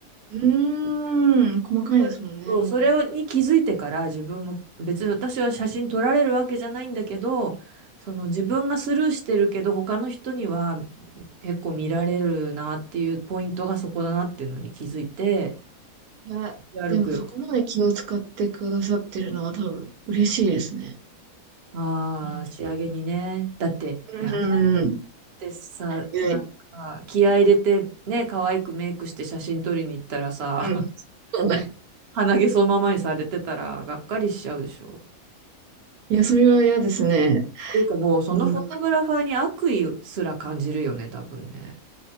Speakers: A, on the right (about 85°); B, on the right (about 55°).
A: うーん、細かいですもんね。
B: それそう、それに気づいてから自分も別に私は写真撮られるわけじゃないんだけど、その自分がスルーしてるけど他の人には結構見られるなっていうポイントがそこだなっていうのに気づいて、
A: いや、
B: 歩く
A: でもそこまで気を使ってくださってるのは多分嬉しいですね。
B: ああ、
A: う
B: 仕上げにね。だって、嫌じゃんっ
A: ん、うん。
B: てさ、
A: いや、
B: なんか、気合い入れて、ね、可愛くメイクして写真撮りに行ったらさ、
A: うん。
B: <laughs>
A: そうだ
B: ね、鼻毛そのままにされてたら、がっかりしちゃうでしょ。
A: いや、それは嫌ですね。
B: っていうかもう、そのフォトグラファーに悪意すら感じるよね、
A: うん。
B: 多分ね。